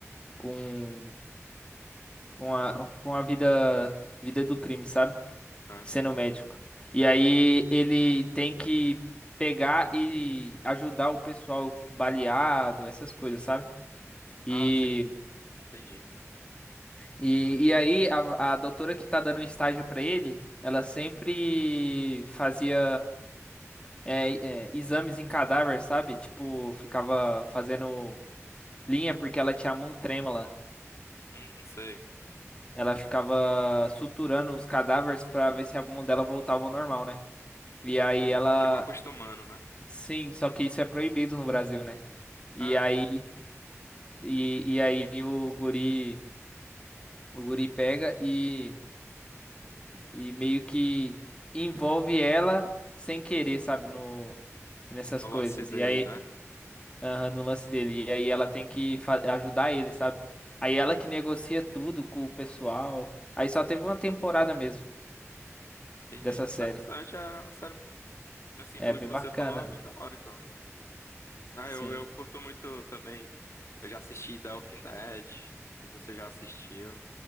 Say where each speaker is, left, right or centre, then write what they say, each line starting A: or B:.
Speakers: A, on the left; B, on the left.
A: com, com a, com a vida, vida do crime, sabe?
B: Ah,
A: Sendo
B: sim.
A: médico. E aí ele tem que pegar e ajudar o pessoal baleado, essas coisas, sabe? E,
B: Ah, sim. Entendi.
A: e, e aí a, a doutora que tá dando estágio pra ele, ela sempre fazia é, é, exames em cadáver, sabe? Tipo, ficava fazendo linha porque ela tinha a mão trêmula.
B: Hum, sei.
A: Ela ficava suturando os cadáveres pra ver se a mão dela voltava ao normal, né? E aí
B: Hum,
A: ela.
B: tipo acostumando, né?
A: Sim, só que isso é proibido no Brasil, né? E
B: Caramba.
A: aí. E, e aí o guri. O guri pega e. E meio que envolve ela sem querer, sabe? No, nessas
B: No
A: coisas.
B: lance dele,
A: E aí.
B: né?
A: aham, no lance dele. E aí ela tem que fa- ajudar ele, sabe? Aí ela que negocia tudo com o pessoal. Aí só teve uma temporada mesmo
B: Entendi.
A: dessa
B: Interessante.
A: série.
B: É uma série, assim,
A: É
B: pelo
A: bem
B: que você
A: bacana.
B: falou, é bem da hora, então. Ah,
A: Sim.
B: eu, eu curto muito também. Eu já assisti The Walking Dead. Não sei se você já assistiu.